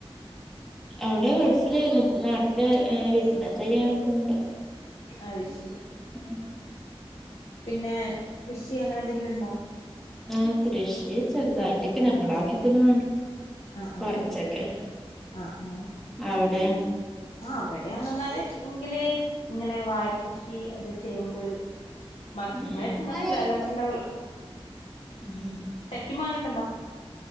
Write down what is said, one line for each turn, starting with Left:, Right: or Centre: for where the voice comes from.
Centre: അവിടെ ഗൾഫിലാരുന്നു. ഇപ്പം നാട്ടില് ബിസിനസെയ്യാൻ പോന്നുണ്ട്.
Left: അയ്ശരി
Centre: ഉം
Left: പിന്നെ കൃഷി അങ്ങനെ എന്തെങ്കിലും ഉണ്ടോ?
Centre: ആഹ് കൃഷി ചെറുതായിട്ടൊക്കെ. നമ്മളെ ആവശ്യത്തിന് വേണ്ടി
Left: ആഹ്
Centre: കുറച്ചൊക്കെ.
Left: ആഹ് ആഹ് ആഹ്
Centre: അവ്ടെ?
Left: ആഹ് ഇവടെ അങ്ങൻതന്നെ എങ്കില് ഇങ്ങനെ വാഴ കൃഷി ഇ അ ചേമ്പ്, മര
Centre: ഉം ഉം
Left: അങ്ങനെ ഇങ്ങന ചില അല്ലറ ചില്ലറകള്.
Centre: ഉം
Left: ചക്കിം മങ്ങി ഒക്കെ ഉണ്ടോ?